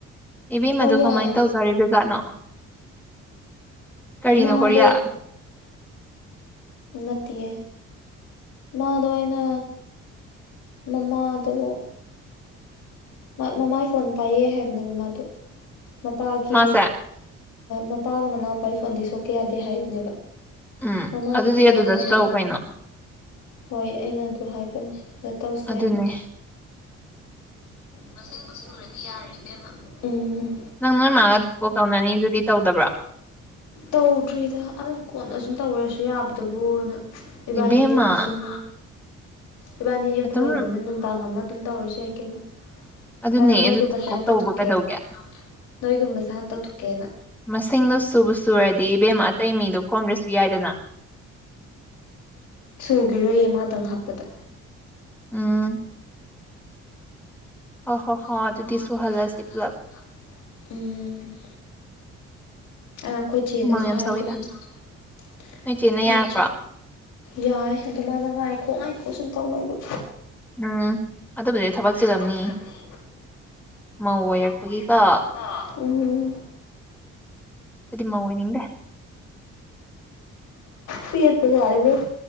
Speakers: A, in the centre; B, on the left (about 80°).
A: ꯏꯕꯦꯝꯃꯗꯣ
B: ꯍꯣꯏ ꯌꯥꯔ
A: ꯀꯃꯥꯏꯅ ꯇꯧꯖꯔꯤꯕꯖꯥꯠꯅꯣ ꯀꯔꯤꯅꯣ
B: ꯃꯥꯗ
A: ꯀꯣꯔꯤꯌꯥ
B: ꯅꯠꯇꯌꯦ ꯃꯥꯗ ꯑꯩꯅ ꯃꯃꯥꯗꯨꯕꯨ ꯃꯃꯥꯏ ꯐꯣꯟ ꯄꯥꯏꯑ ꯍꯥꯏꯕꯅꯦ ꯃꯃꯥꯗꯣ ꯃꯄꯥꯒꯤ
A: ꯃꯥꯁꯦ
B: ꯃꯄꯥꯒ ꯃꯅꯥꯎꯄꯥꯔꯤ ꯐꯣꯟꯗꯤ ꯁꯣꯛꯀ ꯌꯥꯗꯦ ꯍꯥꯏꯕꯅꯦꯕ
A: ꯎꯝ
B: ꯃꯒꯗꯌꯥꯅ
A: ꯑꯗꯨꯗꯤ ꯑꯗꯨꯗꯁꯨ
B: ꯍꯥꯏ
A: ꯇꯧ ꯀꯩꯅꯣ
B: ꯍꯣꯏ ꯑꯩꯅ ꯑꯗꯨ ꯍꯥꯏꯕꯅꯦ ꯇꯧꯁꯦꯅ
A: ꯑꯗꯨꯅꯦ
B: ꯃꯁꯤꯡꯕꯨ ꯁꯨꯔꯗꯤ ꯌꯥꯕꯦꯝꯃ ꯎꯝ
A: ꯅꯪ ꯅꯣꯏ ꯃꯥꯒ ꯀꯣꯛ ꯇꯧꯅꯅꯤ ꯑꯗꯨꯗꯤ ꯇꯧꯗꯕ꯭ꯔꯣ
B: ꯇꯧꯗ꯭ꯔꯤꯗ ꯑꯗꯨꯝ ꯀꯣꯟꯅꯨꯝ ꯇꯧꯋꯦꯁꯨ ꯌꯥꯕꯗꯨꯕꯨ ꯑꯗꯨ ꯏꯕꯥꯅꯤ
A: ꯏꯕꯦꯝꯃ
B: ꯌꯨꯝꯗ ꯁꯨꯝ ꯏꯕꯥꯅꯤ ꯌꯨꯝꯗ
A: ꯑꯗꯨꯝ
B: ꯂꯩꯕꯅꯤ ꯅꯨꯡꯗꯥꯡ ꯑꯃ ꯑꯗꯨꯝ ꯇꯧꯔꯁꯨ ꯌꯥꯏ ꯀꯩꯅꯣ
A: ꯑꯗꯨꯅꯦ
B: ꯑꯗꯨꯗ ꯅꯣꯏꯒꯨꯝꯕꯁ
A: ꯑꯗꯨ ꯀꯣꯛ
B: ꯌꯥꯝꯥꯟ
A: ꯇꯧꯕ
B: ꯇꯧꯊꯣꯛꯀꯦꯅ
A: ꯀꯩꯗꯧꯒꯦ
B: ꯅꯣꯏꯒꯨꯝꯕꯁꯦ ꯌꯥꯝꯅ ꯇꯧꯊꯣꯛꯀꯦꯅ
A: ꯃꯁꯤꯡꯗꯨꯣ ꯁꯨꯕ ꯁꯨꯔꯗꯤ ꯏꯕꯦꯝ ꯑꯇꯩ ꯃꯤꯗꯨ ꯈꯣꯝꯗ꯭ꯔꯁꯨ ꯌꯥꯏꯗꯅ
B: ꯁꯨꯈꯤꯔꯣꯏꯌꯦꯃꯥꯗꯪ ꯍꯥꯞꯄꯗ
A: ꯎꯝ ꯍꯣꯏ ꯍꯣꯏ
B: ꯑꯣ
A: ꯍꯣꯏ
B: ꯍꯣ
A: ꯑꯗꯨꯗꯤ
B: ꯍ ꯑꯗꯨꯗꯤꯁꯨ
A: ꯁꯨꯍꯜꯂꯁꯤ
B: ꯍꯜꯁꯤꯦ
A: ꯄꯨꯂꯞ
B: ꯏ ꯎꯝ ꯑꯈꯣꯏ ꯆꯗ
A: ꯍꯨꯃꯥꯡ
B: ꯁꯍꯅ
A: ꯌꯥꯝ ꯁꯧꯋꯤꯗ ꯅꯣꯏ ꯆꯦꯅ ꯌꯥꯔꯛꯄ꯭ꯔꯣ
B: ꯌꯥꯏ ꯑꯗ ꯃꯥꯅ ꯉꯥꯏꯈꯣ ꯉꯥꯏꯈꯣ ꯁꯨꯝ ꯇꯧ ꯂꯛꯏꯕ
A: ꯎꯝ ꯑꯗꯨꯕꯨꯗꯤ
B: ꯑꯗꯨꯕꯨ
A: ꯆꯤꯜꯂꯝꯅꯤ
B: ꯊꯕꯛ ꯆꯨꯅꯤ
A: ꯃꯧ ꯑꯣꯏꯔꯛꯄꯒꯤꯀꯣ
B: ꯎꯧꯔ ꯎꯝ
A: ꯑꯗꯨꯗꯤꯃ ꯑꯣꯏꯅꯤꯡꯗ
B: ꯐ ꯄꯖꯔꯦ